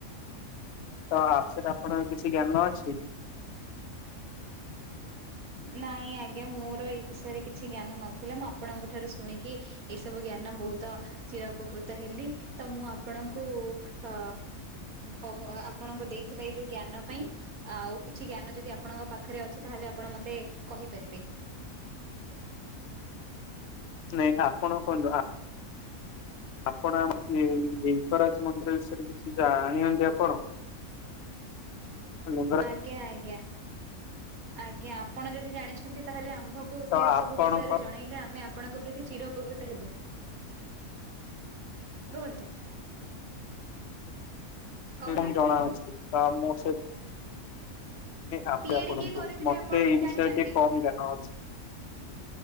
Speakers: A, on the left (about 55°); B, on the right (about 85°).
A: ତ ଆ ସେଟ ଆପଣଙ୍କ କିଛି ଜ୍ଞାନ ଅଛି
B: ନାହିଁ ଆଜ୍ଞା ମୋର ଏ ବିଷୟରେ କିଛି ଜ୍ଞାନ ନଥିଲା ମୁଁ ଆପଣଙ୍କ ଠାରୁ ଶୁଣିକି ଏଇ ସବୁ ଜ୍ଞାନ ବହୁତ ଚିର ଉପକୃତ ହେଲି ତ ମୁଁ ଆପଣଙ୍କୁ ଅ କହୁ ଆପଣଙ୍କ ଦେଇଥିବା ଏଇ ଯୋଉ ଜ୍ଞାନ ପାଇଁ ଆଉ କିଛି ଜ୍ଞାନ ଯଦି ଆପଣଙ୍କ ପାଖରେ ଅଛି ତାହେଲେ ଆପଣ ମତେ କହିପାରିବେ
A: ନାଇଁ ଆ ପଣ କୁହନ୍ତୁ ଆପଣ ଆମ ଲି ଲିଙ୍ଗରାଜ ମନ୍ଦିର ବିଷୟରେ କିଛି ଜାଣି ଅନ୍ତି ଆପଣ ଆମ ଦ୍ୱାରା
B: ଆଜ୍ଞା ଆଜ୍ଞା ଆଜ୍ଞା ଆପଣ ଯଦି ଜାଣିଛନ୍ତି ତାହେଲେ ଆମ୍ଭ
A: ତ
B: ସେ
A: ଆପଣଙ୍କ
B: ସବୁ ବିଷୟରେ ଜଣେଇଲେ ଆମେ ଆପଣଙ୍କ ପ୍ରତି ଚିର ଉପକୃତ ହେବୁ କୁହନ୍ତୁ କହୁନାହାନ୍ତି
A: ଏଇଟ ମ ଜଣା ଅଛି ତ ମୁ ସେ ଆପେ
B: ତିଆରି
A: ଆପଣଙ୍କୁ
B: କିଏ କରିଥିଲେ
A: ମତେ
B: ଆପଣ
A: ଏଇ
B: ଜାଣିଛନ୍ତି?
A: ବିଷୟ ଟିକେ କମ ଜ୍ଞାନ ଅଛି